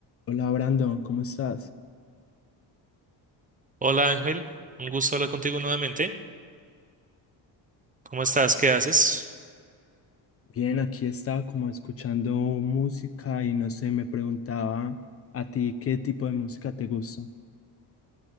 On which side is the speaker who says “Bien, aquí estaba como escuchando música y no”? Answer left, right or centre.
Left